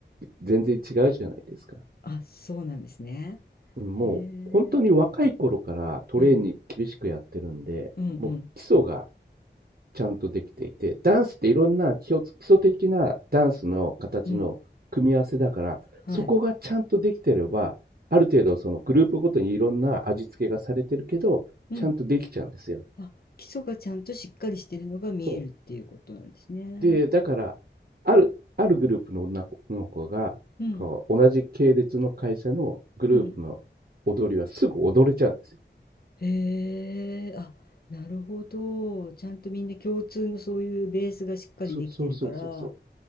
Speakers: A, on the right (about 55°); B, on the left (about 55°).
A: 全然違うじゃないですか。
B: あ、そうなんですね。
A: うんもう、
B: へ
A: 本当に若い頃からトレーニング厳しくやってるんで、
B: え。うん。うんうん
A: もう基礎がちゃんとできていて、ダンスっていろんな基礎基礎的なダンスの形の組み合わせだから、
B: うん。はい。
A: そこがちゃんとできてれば、ある程度そのグループごとにいろんな味付けがされてるけど、
B: うん。
A: ちゃんとできちゃうんですよ。
B: あ、基礎がちゃんとしっかりしてるのが見えるっていうことなんですね。
A: そう。で、だから、ある、あるグループの女の子が、
B: うん。
A: こう、同じ系列の会社のグループの踊りはすぐ踊れちゃうんですよ。
B: うん。へえ、あ、なるほど。ちゃんとみんな共通のそういうベースがしっかりできてるから。
A: そ、そうそうそうそう。